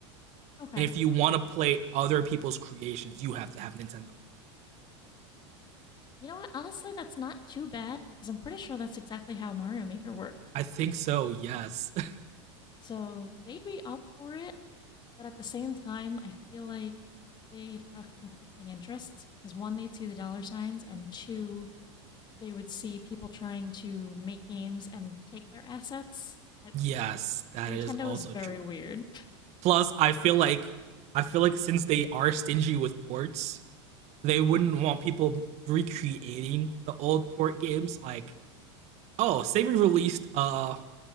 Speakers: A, on the left; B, on the right.
A: Okay.
B: And if you want to play other people's creations, you have to have Nintendo.
A: You know what? Honestly, that's not too bad because I'm pretty sure that's exactly how Mario Maker worked.
B: I think so. Yes. <laughs>
A: So they'd be up for it, but at the same time, I feel like they'd have conflicting interests because one, they'd see the dollar signs, and two, they would see people trying to make games and take their assets. Uh,
B: yes, that
A: Nintendo
B: is also
A: is very
B: true.
A: weird. <laughs>
B: Plus, I feel like I feel like since they are stingy with ports, they wouldn't want people recreating the old port games like oh, say we released a